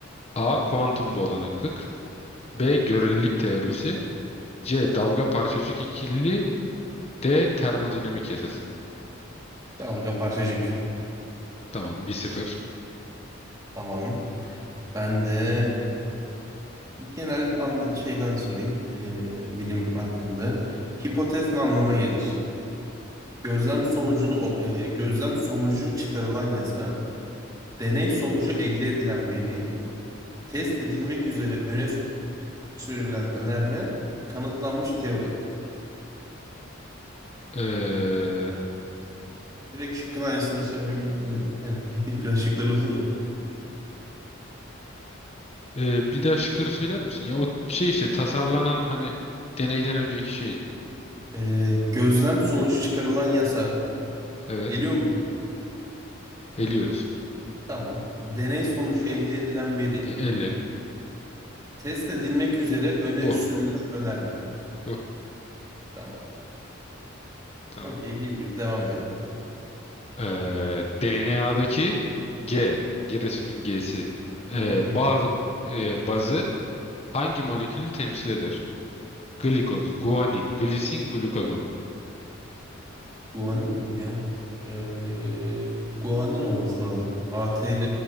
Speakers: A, on the left (about 30°); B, on the right (about 20°).
A: A. Kuantum dolanıklık B. Görelilik teorisi C. Dalga parçacık ikili D. Termodinamik yasası.
B: Dalga parçacık.
A: Tamam 1 sıfır.
B: Tamam. Ben de genel anla şeyden sorayım. Ee, bilim hakkında. Hipotez ne anlama gelir? Gözlem sonucunu o- e, gözlem sonucu çıkarılan yasa, deney sonucu elde edilen veri, test edilmek üzere öne sürülen önerme, kanıtlanmış teori.
A: Ee,
B: Direkt şıkkın aynısını söylemeye yani <laughs> biraz şıklar uzun ya.
A: e, bir daha şıkları söyler misin? Ya o şey işte tasarlanan hani deneyden önceki şey.
B: Ee, gözlem sonucu çıkarılan yasa.
A: Evet.
B: Eliyor musun?
A: Eliyoruz.
B: Tamam. Deney sonucu elde edilen veri.
A: E, elle.
B: Test edilmek üzere öne
A: Bu.
B: sürülen önerme.
A: Bu.
B: Tamam. <laughs>
A: Tamam.
B: Okey bir bir devam edelim.
A: Ee, DNA'daki G, Giresun'un G'si. Ee,
B: Hı hı.
A: baz, e, bazı hangi molekülü temsil eder? Glikoz, guanin, glisin, glukagon.
B: Guanin miydi ya? Ee, guanin olması lazım. A ATL